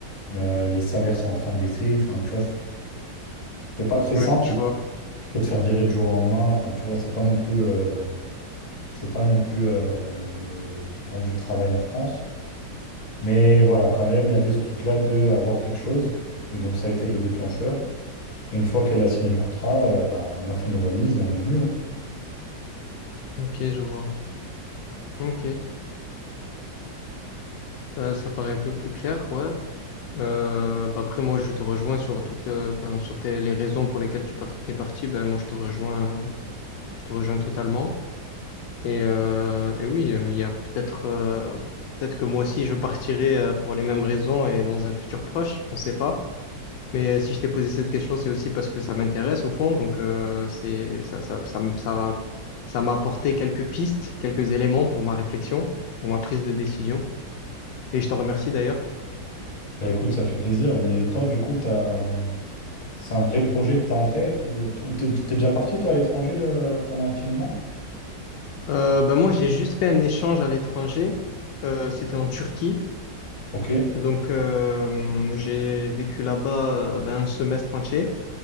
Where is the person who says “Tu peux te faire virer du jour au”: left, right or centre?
Left